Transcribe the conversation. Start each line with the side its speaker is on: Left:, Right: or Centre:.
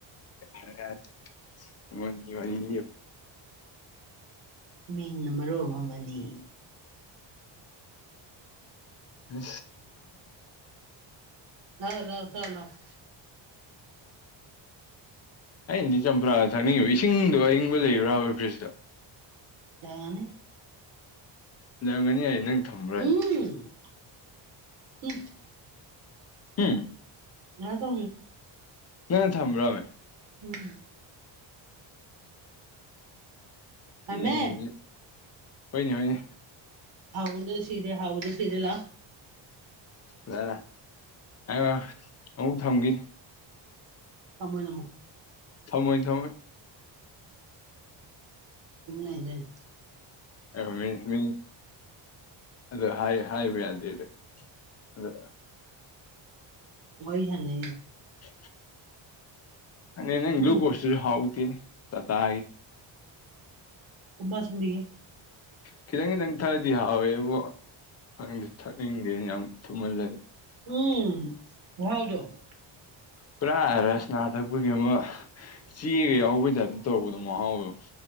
Left: ꯌꯥꯔ ꯌꯥꯔ ꯃꯅꯤ ꯋꯥꯔꯤꯅꯤ
Right: ꯃꯤꯡꯅ ꯃꯔꯣ ꯑꯃꯅꯤ
Left: ꯑ
Right: ꯂ ꯂꯥꯛꯑꯣ ꯐ ꯂꯥꯛꯑꯣ
Left: ꯑꯩꯅꯗꯤ ꯆꯝꯄ꯭ꯔꯥꯗ ꯊꯛꯅꯤꯡꯉꯤꯕ ꯏꯁꯤꯡꯗꯣ ꯑꯏꯪꯕ ꯂꯩꯕ꯭ꯔꯥꯕ ꯐ꯭ꯔꯤꯖꯇ
Right: ꯌꯥꯒꯅꯤ
Left: ꯅ ꯉꯅꯤ ꯍꯥꯏ ꯅꯪ ꯊꯝꯕ꯭ꯔꯥ
Right: ꯎꯝ ꯎꯝ
Left: ꯎꯝ
Right: ꯉꯁ
Left: ꯅ ꯊꯝꯕ꯭ꯔꯣꯃꯦ
Right: ꯎꯝ ꯊꯝꯃꯦ
Left: ꯏꯉꯁ ꯍꯣꯏꯅꯦ ꯍꯣꯏꯅꯦ
Right: ꯍꯥꯎꯅ ꯁꯤꯤꯔꯦ ꯍꯥꯎꯗ ꯁꯤꯤꯔꯦ ꯂ
Left: ꯗꯥ ꯑ ꯑ ꯊꯒ
Right: ꯇꯃꯣꯏ ꯑꯃꯃꯣ
Left: ꯊꯝꯃꯣꯏ ꯊꯝꯃꯣꯏ
Right: ꯏꯝ ꯂꯥꯏꯗ꯭ꯔꯦꯟ
Left: ꯑ ꯃꯤ ꯃꯤ ꯑꯗꯨꯗ ꯍꯥꯏ ꯍꯥꯏꯋꯗꯗꯤ ꯑꯗ
Right: ꯋꯥꯏ ꯍꯅ
Left: ꯎ ꯑ
Right: ꯎꯝ
Left: ꯏ ꯀꯣꯁ ꯍꯥꯎ ꯇ
Right: ꯎꯃ ꯆꯕꯤꯒꯦ
Left: ꯈꯤꯇꯪ ꯈꯤꯇꯪ ꯊꯛꯑꯗꯤ ꯍꯥꯎꯋꯦ ꯑꯗꯨꯕꯨ ꯈ ꯊꯛꯅꯤꯡꯗꯦꯅ ꯌꯥꯝ ꯊꯨꯝꯍꯜꯂ
Right: ꯎꯝ ꯍꯥꯎꯗꯣ
Left: ꯄꯨꯔꯥ ꯍꯥꯏꯔꯁꯅꯥ ꯊꯛꯄꯒꯤ ꯑꯃꯨꯛ ꯆꯦꯒ ꯌꯥꯎꯕꯩꯗꯞꯇ ꯇꯧꯕꯗꯣ ꯃꯍꯥꯎꯗꯣ